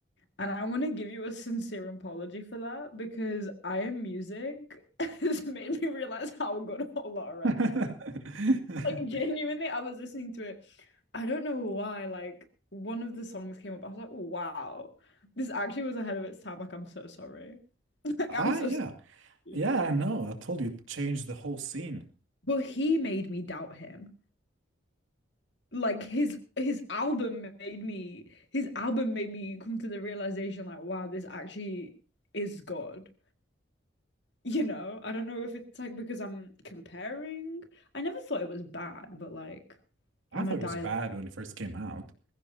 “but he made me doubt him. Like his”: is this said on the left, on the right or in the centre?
Left